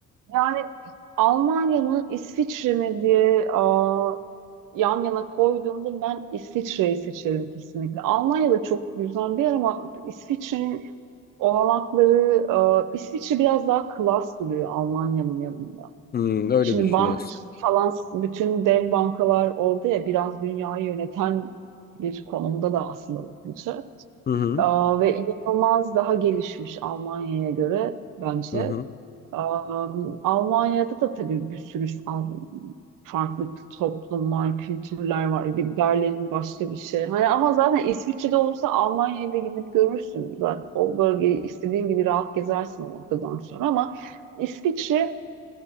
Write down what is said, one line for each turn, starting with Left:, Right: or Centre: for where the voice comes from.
Right: Yani Almanya mı, İsviçre mi diye aa, yan yana koyduğumda ben İsviçre'yi seçerim kesinlikle. Almanya da çok güzel bir yer ama İsviçre'nin olanakları, aa, İsviçre biraz daha klas duruyor Almanya'nın yanında.
Left: Hmm, öyle
Right: Şimdi
Left: düşünüyorsun.
Right: bankacılık falan bütün dev bankalar oldu ya biraz dünyayı yöneten bir konumda da aslında bakınca.
Left: Hı hı,
Right: Aa, ve inanılmaz daha gelişmiş Almanya'ya göre bence.
Left: hı hı.
Right: Aa, Almanya'da da tabii bir sürü an farklı toplumlar, kültürler var. Bir Berlin başka bir şey. Hani ama zaten İsviçre'de olursa Almanya'ya da gidip görürsün zaten. O bölgeyi istediğin gibi rahat gezersin o noktadan sonra ama İsviçre